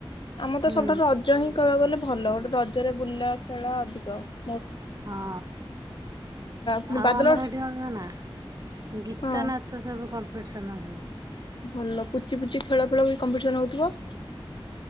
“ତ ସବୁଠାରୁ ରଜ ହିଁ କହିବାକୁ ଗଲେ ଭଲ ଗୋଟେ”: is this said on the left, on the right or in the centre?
Left